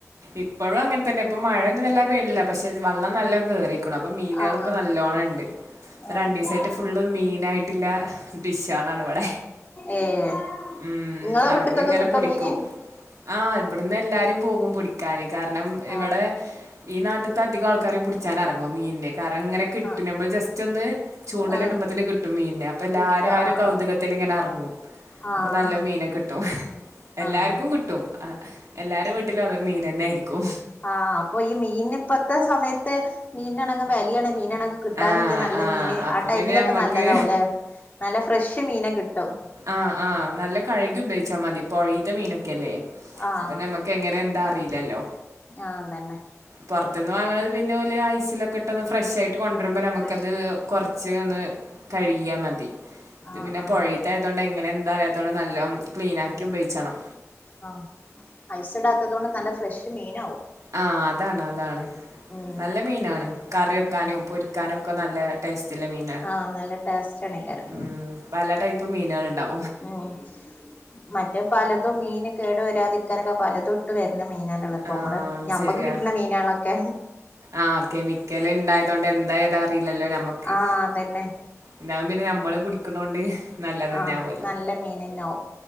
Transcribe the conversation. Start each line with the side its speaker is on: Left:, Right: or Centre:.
Right: ഇപ്പഴും അങ്ങൻ തന്നെ ഇപ്പം മഴൊന്നും വല്ലാ പെയ്തിട്ടില്ല പക്ഷെ വെള്ളം നല്ലോം കേറിക്ണ് അപ്പൊ മീനെൾ
Left: ആഹ്
Right: ഇപ്പം
Left: ആഹ്
Right: നല്ലോണം ണ്ട്.
Left: ആഹ്
Right: രണ്ടു ദിവസായിട്ട് ഫുള്ള് മീൻ ആയിട്ടുള്ള ഡിഷ്‌കളാണ് ഇവിടെ
Left: ഏഹ്
Right: ഉം
Left: ഇങ്ങളെ
Right: അവിടുന്ന്
Left: വീട്ട്ക്കൊക്കെ
Right: ങ്ങനെ
Left: കിട്ടോ
Right: പൊടിക്കും
Left: മീന്
Right: ആഹ് ഇവിടുന്ന് എല്ലാരും പോകും പിടിക്കാന് കാരണം ഇവിടെ
Left: ആഹ്
Right: ഈ നാട്ടത്ത അധികം ആൾക്കാരും പുടിച്ചാനിറങ്ങും മീനെ കാരണം ഇങ്ങനെ കിട്ടും
Left: ആഹ്
Right: നമ്മൾ ജസ്റ്റ് ഒന്ന് ചൂണ്ടലിടുമ്പോ
Left: ആഹ്
Right: തന്നെ കിട്ടും മീനെ അപ്പൊ എല്ലാരും
Left: കിട്ടോ
Right: ആ ഒരു
Left: ആഹ്
Right: കൗതുകത്തിൽ
Left: ആഹ്
Right: ഇങ്ങനെ ഇറങ്ങു
Left: ആഹ്
Right: അപ്പൊ നല്ല മീന കിട്ടും എല്ലാർക്കും
Left: ആഹ്
Right: കി ട്ടും എല്ലാരെ വീട്ടിലും അത് മീൻ തന്നെ ആയിരിക്കും
Left: ആഹ് അപ്പൊ ഈ മീൻ ഇപ്പത്തെ സമയത്ത് മീനാണെങ്കി വെലെയാണെ മീനണ കിട്ടാനുല്ല
Right: ആ,
Left: നല്ല
Right: ആ.
Left: മീന്
Right: അപ്പൊ
Left: ആ ടൈമിലൊക്കെ
Right: പിന്നെ നമ്മക്ക്
Left: നല്ലതാവും അല്ലെ നല്ല ഫ്രഷ് മീനെ കിട്ടും
Right: ആഹ് ആഹ് നല്ല കഴുകി ഉപയോഗിച്ചാൽ മതി പൊഴീത്ത മീനൊക്കെല്ലേ
Left: ആഹ്
Right: അപ്പൊ നമ ക്കെ എങ്ങനെ എന്താറിയില്ലല്ലോ
Left: ആഹ് തന്നെ
Right: പുറത്തു നിന്ന് വാങ്ങണത് പിന്നെ പോലെ ഐസിലൊക്കെ ഇട്ടൊന്ന് ഫ്രഷ് ആയിട്ട് കൊണ്ടുവരുമ്പോ നമുക്കത്
Left: ഫ്രഷ്
Right: കൊറച്ച് ഒന്ന് കഴുകിയാൽ മതി
Left: ആഹ്
Right: പിന്നെ
Left: ആഹ്
Right: പുഴതെ അതുകൊണ്ട് എങ്ങനെ എന്താറിയാത്തോ നല്ലോ ക്ലീന ആക്കി ഉപയോഗിച്ചണം
Left: ആഹ് ഐസിടാത്തത് കൊണ്ട് നല്ല ഫ്രഷ് മീനാവും
Right: ആഹ് അതാണ് അതാണ്
Left: ഉം
Right: നല്ല മീനാണ് കറി വെക്കാനും
Left: ഉം
Right: പൊരിക്കാനുക്കെ നല്ല ടേസ്റ്റില മീനാണ്
Left: ആഹ് നല്ലട്ട ബസ്റ്റാണായിക്കാരം
Right: ഉം. പല ടൈപ്പ് മീനേള് ഇണ്ടാവും
Left: ഉം മറ്റേ പലതും മീന് കേട് വരാതിരിക്കാനൊക്കെ പലതും ഇട്ട് വരുന്ന മീനാ <unintelligible> ഇപ്പ
Right: ആഹ്
Left: നമ്മള്
Right: അത്
Left: ഞമ്മക്ക്
Right: ശരിയാ
Left: കിട്ടണ മീനാണൊക്കെ
Right: ആഹ് കെമിക്കല് ഇണ്ടായതോണ്ട് എന്താ ഏതാ അറിയില്ലല്ലോ ഞമ്മക്ക്
Left: ആഹ് അതന്നെ
Right: ഇതാവുമ്പോ പിന്നെ നമ്മള് പിടിക്കണോണ്ട് നല്ലതന്നെ
Left: ആഹ്
Right: ആവുമല്ലോ
Left: നല്ല മീനന്നെന്നാവും